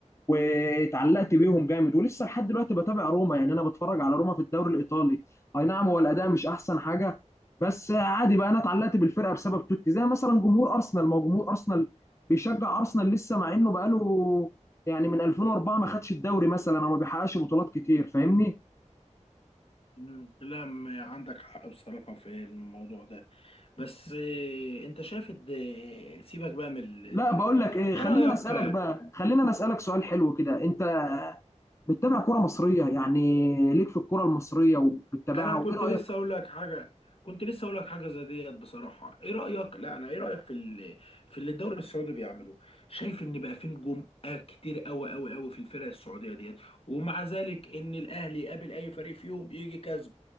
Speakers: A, on the left; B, on the left.
A: واتعلقت بيهم جامد ولسه لحد دلوقتي بتابع روما يعني انا بتفرج على روما في الدوري الايطالي اي نعم هو الاداء مش احسن حاجة بس عادي بقى انا اتعلقت بالفرقه بسبب توتي زي مثلا جمهور ارسنال ما هو جمهور ارسنال بيشجع ارسنال لسه مع انه بقاله يعني من 2004 ما خدش الدوري مثلا او ما بيحققش بطولات كتير فاهمني
B: مم، لا م- عندك حق بصراحه في الموضوع ده بس إيه انت شايف الد- سيبك بقى من الدورات
A: لا بقول لك ايه
B: ايه
A: خلينا
B: رايك
A: اسالك بقى خلينا اسالك سؤال حلو كده انت بتتابع كرة مصرية يعني ليك في الكرة المصرية وبتتابعها
B: انا
A: وايه
B: كنت
A: رايك
B: لسه اقول لك حاجه كنت لسه اقول لك حاجه زي ديت بصراحه ايه رايك لا انا ايه رايك في ال... في اللي الدوري السعودي بيعمله شايف ان بقى في نجوم آه كتير قوي قوي قوي في الفرق السعوديه ديت ومع ذلك ان الاهلي يقابل اي فريق فيهم يجي كسبه